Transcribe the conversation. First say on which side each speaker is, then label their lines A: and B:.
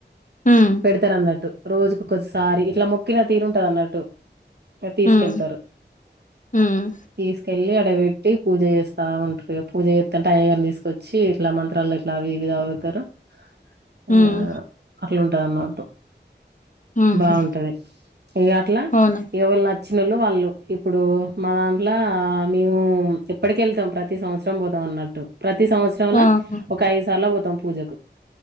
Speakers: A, on the left; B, on the right.
A: హ్మ్
B: పెడతారు అన్నట్టు రోజుకు కొద్దిసారి ఇట్లా మొక్కిన తీరుంటది అన్నట్టు తీసుకెళ్తారు
A: హ్మ్ హ్మ్
B: తీసుకెళ్ళలి అడవి పూజ చేస్తా ఉంటారు పూజ చేస్తంటే అయ్యగారిని తీసుకొచ్చి ఇట్లా మంత్రాలు ఇట్లా ఇవిది అవుతారు
A: హ్మ్
B: ఆ అట్లాంటది అన్నట్టు
A: ఊహూ
B: బాగుంటది ఈ అట్లా
A: అవునా
B: ఎవళ నచ్చ వచ్చినళ్ళు వాళ్ళు ఇప్పుడు మా దాంట్లో మేము ఎప్పటిక వెళ్తాం ప్రతి సంవత్సరం పోదాం అన్నట్టు ప్రతి సంవత్సరంలా
A: ఆహా!
B: ఒక ఐదు సార్లు పోతాం పూజకు